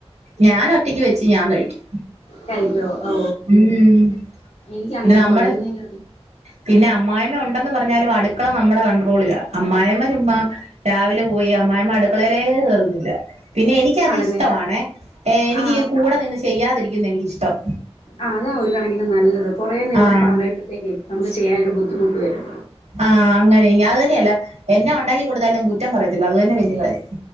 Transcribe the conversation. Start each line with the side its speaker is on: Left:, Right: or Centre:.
Right: ഞാൻ ഒറ്റക്ക് വെച്ച് ഞാൻ കഴിക്കും
Left: കഴിക്കോ ഓ
Right: ഉം
Left: എനിക്ക്
Right: പിന്നെ
Left: അങ്ങനെ
Right: നമ്മള്
Left: കുറയുന്ന-
Right: പിന്നെ അമ്മായമ ഉണ്ടെന്ന് പറഞ്ഞാലും അടുക്കള നമ്മുടെ കൺട്രോളില് അമ്മായിമ്മ ചുമ്മാ രാവിലെ പോയി അമ്മായിമ്മ അടുക്കളലേ കേറൂല പിന്നെ എനിക്കത്
Left: ആണല്ലേ
Right: ഇഷ്ടവാണേ ഏ എനിക്ക്
Left: ആ
Right: ഈ കു കൂടെ നിന്ന് ചെയ്യാതിരിക്കുന്നതാ എനിക്കിഷ്ടം
Left: ആഹ് അതാ ഒരു കണക്കിന് നല്ലത് കുറേ നിന്ന്
Right: ആഹ്
Left: പറയുമ്പോത്തേക്കേ നമ്മുക് ചെയ്യാനൊരു ബുദ്ധിമുട്ട് വരും
Right: ആഹ് അങ്ങനെ അത് തന്നെയല്ല എന്നെ ഉണ്ടാക്കി കൊടുത്താലും കൂറ്റം പറയത്തില്ല അത് തന്നെ വല്യ കാര്യം